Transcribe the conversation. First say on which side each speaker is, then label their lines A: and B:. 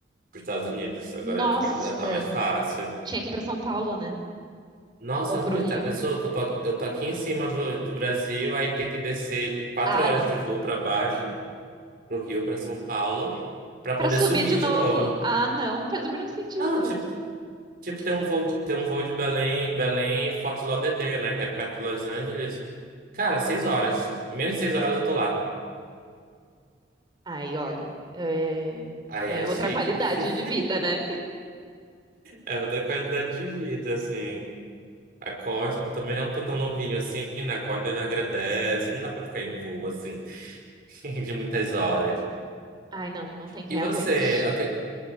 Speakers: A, on the right (about 50°); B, on the right (about 25°).
A: pros Estados Unidos. Agora
B: Nossa,
A: já, fica, já tá mais fácil.
B: tinha que ir pra São Paulo, né?
A: Nossa,
B: Ou pro
A: onde
B: Rio.
A: tá a pessoa que eu tô, eu tô aqui em cima do, do Brasil, aí tem que descer quatro
B: Ah,
A: horas
B: não.
A: de voo para baixo, pro Rio, para São Paulo. Pra poder
B: Pra subir
A: subir
B: de novo.
A: de novo.
B: Ah, não, não faz o mínimo sentido.
A: Não, tipo, tipo tem um voo, tem um voo de Belém, Belém, Fort Lauderdale, né? Que é perto de Los Angeles. Cara, seis horas. Menos de seis horas eu tô lá.
B: Ai, olha, é,
A: Aí
B: é
A: é chique.
B: outra qualidade
A: <laughs>
B: de vida, né?
A: É outra qualidade de vida, assim. A costa, que eu também já não tô tão novinho assim, na costa já agradece. Não dá pra ficar em voo, assim, <laughs> de muitas horas.
B: Ai, não, não tem quem
A: E você,
B: aguente.
A: é o que-